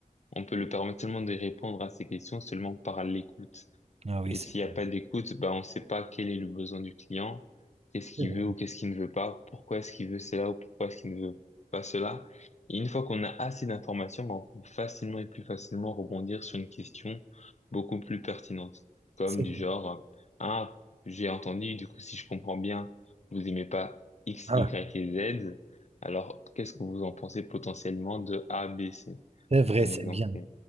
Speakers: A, on the left; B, on the right.
A: on peut le permettre seulement de répondre à ces questions seulement par l'écoute.
B: Ah oui,
A: Et
B: c'est
A: s'il n'y
B: vrai.
A: a pas d'écoute, bah, on ne sait pas quel est le besoin du client, qu'est-ce qu'il
B: C'est vrai.
A: veut ou qu'est-ce qu'il ne veut pas, pourquoi est-ce qu'il veut cela ou pourquoi est-ce qu'il ne veut pas cela. Et une fois qu'on a assez d'informations, bah, on peut facilement et plus facilement rebondir sur une question beaucoup plus pertinente, comme
B: C'est
A: du
B: vrai.
A: genre, euh, ah, j'ai entendu, du coup, si je comprends bien, vous aimez pas X,
B: Ah,
A: Y et Z, alors qu'est-ce que vous en pensez potentiellement de A, B, C?
B: c'est vrai,
A: Un
B: c'est
A: exemple.
B: bien.
A: Oui,